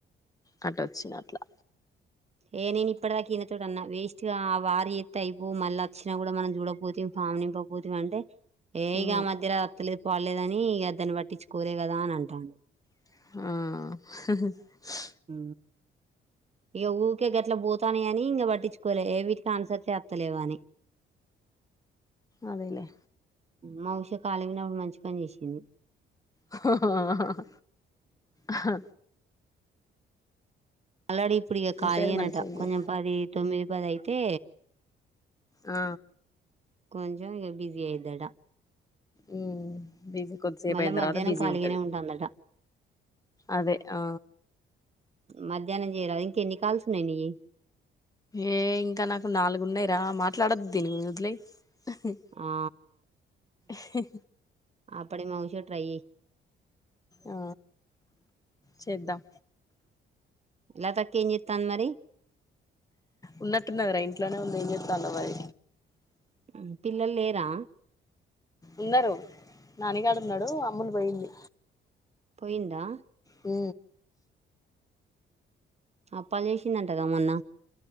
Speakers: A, on the left (about 15°); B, on the right (about 35°).
A: అట్ట వచ్చిన అట్లా
B: ఏ నేను ఇప్పటిదాక ఇయనతోటి అన్నా వేస్ట్గా ఆ వారి ఎత్తే అయిపోవు మళ్ళ వచ్చినా కూడా మనం చూడపోతే ఫామ్ నింప పూతిమంటే ఏ
A: ఉమ్
B: ఇగ ఆ మధ్యలో అత్తలేదు పోడలేదని ఇక అద్దన్ని పట్టించి కోలే కదా అని అంటాను.
A: ఆహ్హ్
B: ఆ ఏ ఊకే గట్లా పోతానే అని ఇంక పట్టించుకోలే ఏ వీటికి ఆన్సర్ చేత్తలేవని
A: అదేలే
B: మావిశ కాలిగేనే ఓ మంచి పని చేసింది.
A: హ్హ్ హహ అహ్
B: అల్లాడి ఇప్పుడు ఇగ
A: ముసలిది
B: ఖాళీ అనట
A: మంచిగా ఉంది
B: కొంచెం పది తొమ్మిది పది అయితే
A: ఆ
B: కొంచెం ఇగ బిజీయదడా
A: మ్ బిజీ కొద్దిసేపు
B: మళ్ళా
A: అయిన తర్వాత
B: మధ్యాహ్నం
A: బిజీ
B: ఖాళీగానే
A: ఉంటది.
B: ఉంటుందట
A: అదే ఆ
B: మధ్యాహ్నం చేయరా ఇంక ఎన్ని కాల్సు ఉన్నాయి నియ్యి?
A: ఏ ఇంకా నాకు నాలుగున్నాయిరా మాట్లాడొద్ దీనిగూ వదిలై హ్హ్
B: ఆ
A: హెహి
B: ఆప్పుడే మౌన్స్ ట్రైయి
A: ఆ చేద్దాం
B: లతక్క ఏం జెట్టంది మరి?
A: ఉన్నట్టుఉన్నదిరా ఇంట్లోనే ఉంది ఏం జెత్తందో మరి
B: అ పిల్లలు లేరా?
A: ఉన్నారు నానిగాడు ఉన్నాడు అమ్ములు పోయింది
B: పోయిందా?
A: అ
B: అప్పాలు చేసిందంటగా మొన్న